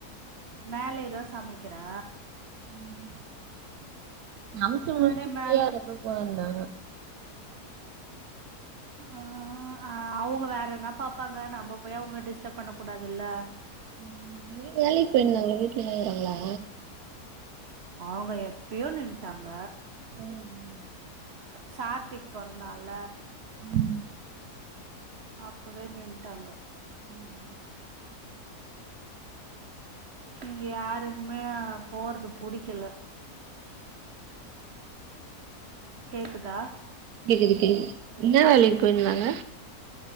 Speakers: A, on the right; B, on the right.
A: மேலய் தா சமக்கிறே
B: ம் சமச்சு
A: அப்டியே
B: முடுச்ட்டு ஃப்ரீயா
A: மேல
B: இருகப்ப போ வேண்ட்தா
A: ஆ அ அவுங்க வேறனா பாப்பாங்க நம்ப போய் அவுங்கள டிஸ்டப் பண்ண கூடாதுல்ல
B: ம் எங்கயு வேலைக் போயிருந்தாங்கள வீட்ல இர்குறாங்களா
A: அஆவுங்க எப்பயோ நின்ட்டாங்க
B: ம்
A: சாத்விக் பொறந்தால
B: ம்
A: அப்பவே நின்ட்டாங்க
B: ம்
A: இங்க யாருக்குமே போறது புடிக்கல கேக்குதா
B: கேக்குது கேக்குது என்ன வேலைக்கு போயிருந்தாங்க